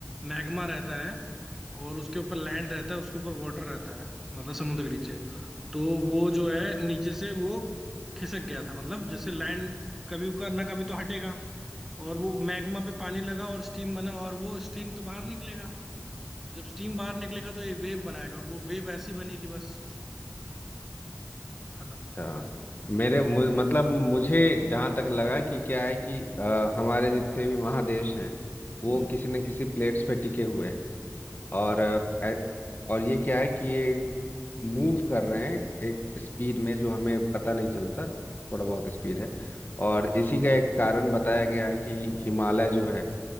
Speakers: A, in the centre; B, on the left (about 40°).
A: मैग्मा रहता है और उसके ऊपर लैंड रहता है उसके ऊपर वाटर रहता है मतलब समुद्र के नीचे तो वो जो है नीचे से वो खिसक गया था मतलब जैसे लैंड कभी का ना कभी तो हटेगा और वो मैग्मा पे पानी लगा और स्टीम बना और वो स्टीम तो बाहर निकलेगा जब स्टीम बाहर निकलेगा तो ये वेव बनाएगा और वो वेव ऐसी बनी कि बस खत्म
B: अच्छा मेरे मु, मतलब मुझे जहाँ तक लगा कि क्या है कि अ, हमारे जितने भी महादेश हैं वो
A: हम्म,
B: किसी न किसी प्लेट्स पे टिके हुए हैं और अ, ए- और ये क्या है कि ये मूव कर रहे हैं एक स्पीड में जो हमें पता नहीं चलता थोड़ा बहुत स्पीड है और इसी का एक कारण बताया गया है कि हिमालय जो है